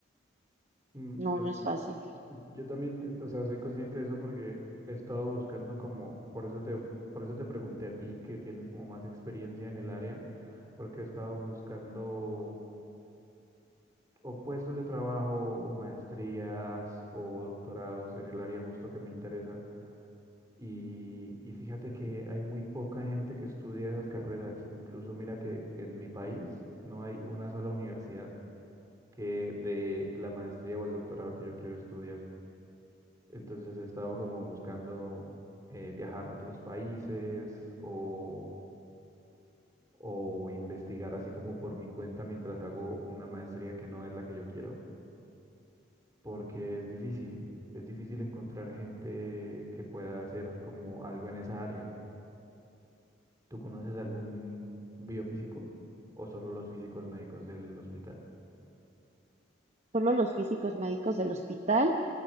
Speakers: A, on the right (about 15°); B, on the right (about 35°).
A: Mm,
B: No,
A: Pues
B: no es fácil.
A: Yo también, eh, o sea, soy consciente de eso porque he estado buscando como, por eso te, por eso te pregunté a ti que tienes como más experiencia en el área, porque he estado buscando o puestos de trabajo o maestrías o doctorados en el área justo que me interesa. Y, y fíjate que hay muy poca gente que estudia esas carreras. Incluso mira que en mi país no hay una sola universidad que de la maestría o el doctorado que yo quiero estudiar. Entonces he estado como buscando eh, viajar a otros países o, o investigar así como por mi cuenta mientras hago una maestría que no es la que yo quiero, porque es difícil, es difícil encontrar gente que pueda hacer como algo en esa área. ¿Tú conoces algún biofísico o solo los físicos médicos del hospital?
B: Solo los físicos médicos del hospital